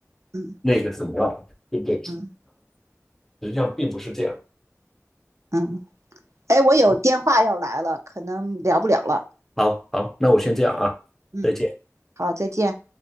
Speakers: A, on the right; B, in the centre.
A: 嗯
B: 那个什么，对不对？
A: 嗯
B: 实际上并不是这样。
A: 嗯。哎，我有电话要来了，
B: 好，
A: 可能聊不了了。
B: 好，好，那我先这样啊，
A: 嗯，
B: 再见。
A: 好，再见。